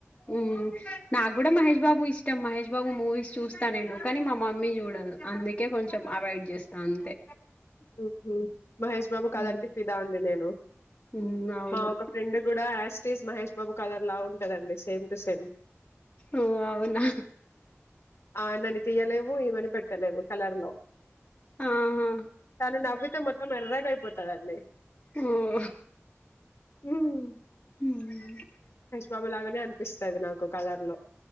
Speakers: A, on the left; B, on the left.
A: ఉ నా గూడా మహేష్ బాబు ఇష్ ష్టం మహేష్ బాబు మూవీస్ చూస్తా నేను కానీ మా మమ్మీ చూడాదు. అందుకే కొంచం అవాయిడ్ చేస్తా అంతే
B: ఉహ్ మహేష్ బాబు కలర్కి
A: మ్మ్
B: ఫిదా అండి. నేను
A: మ్మ్ అవును
B: మా ఒక ఫ్రెండ్ కూడా యాస్ టిస్స్ మహేష్ బాబు కలర్లా ఉంటదండి. Same to same.
A: ఓ అవునా
B: ఆయనని తీయలేము. ఇవన్నీ పెట్టలేము. కలర్లో
A: ఆహా
B: అయన నవ్వితే మొత్తం ఎర్రగయిపోతది అండి.
A: హ్
B: ఉమ్
A: ఉమ్మ్
B: బాబు లాగానే అనిపిస్తది. నాకు కలర్ లో